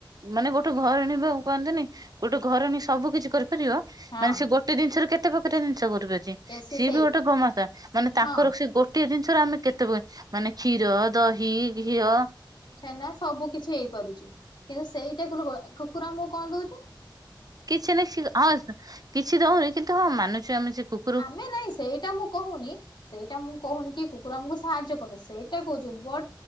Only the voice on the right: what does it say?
ମାନେ ଗୋଟେ ଘରେଣୀ ଯୋଉ କହନ୍ତିନି ଗୋଟେ ଘରଣୀ ସବୁ କିଛି କରିପାରିବ।
ମାନେ ସେ ଗୋ ଗୋଟେ ଜିନିଷରୁ କେତେ ପ୍ରକାରଆ ଜିନିଷ କରିପାରୁଚି।
ସିଏ
ବି ଗୋଟେ ଗୋମାତା ମାନେ ତାଙ୍କର
ସେ ଗୋ ଟିଏ ଜିନିଷରେ ଆମେ କେତେ ପ୍ରକାର ମାନେ କ୍ଷୀର ଦହି ଘିଅ
କିଛି ନାହିଁ ସିଏ ହଁ କିଛି ଦଉନି କିନ୍ତୁ ହଁ ମାନୁଛୁ ଆମେ ସେ କୁ